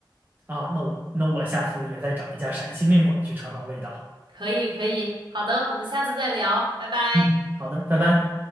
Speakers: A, on the right (about 20°); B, on the right (about 75°).
A: 啊。那我那我下次也再找一家陕西面馆儿去尝尝味道。
B: 可以，可以，好的，我们下次再聊，拜拜。
A: 嗯，好的，拜拜。